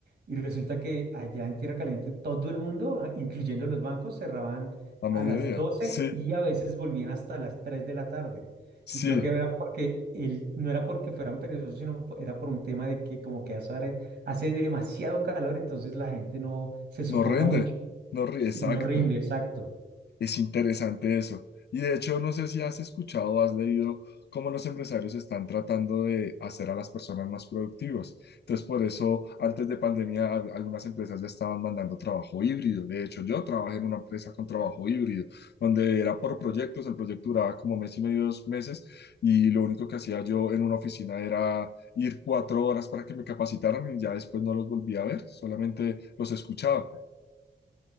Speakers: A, on the right; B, on the left.
A: Y resulta que allá en Tierra Caliente todo el mundo, ah, incluyendo los bancos, cerraban
B: A
A: a
B: mediodía,
A: las 12
B: sí,
A: y a veces volvían hasta las 3 de la tarde.
B: sí,
A: Y creo que era porque él, no era porque fueran perezosos, sino po- era por un tema de que como que hace, hace demasiado calor, entonces la gente no se sofoca
B: no rinde,
A: mucho
B: no ríe, exacto.
A: y no rinde, exacto.
B: Es interesante eso. Y de hecho, no sé si has escuchado o has leído cómo los empresarios están tratando de hacer a las personas más productivas. Entonces, por eso, antes de pandemia, al- algunas empresas ya estaban mandando trabajo híbrido. De hecho, yo trabajé en una empresa con trabajo híbrido, donde era por proyectos, el proyecto duraba como mes y medio, dos meses, y lo único que hacía yo en una oficina era ir cuatro horas para que me capacitaran y ya después no los volví a ver, solamente los escuchaba.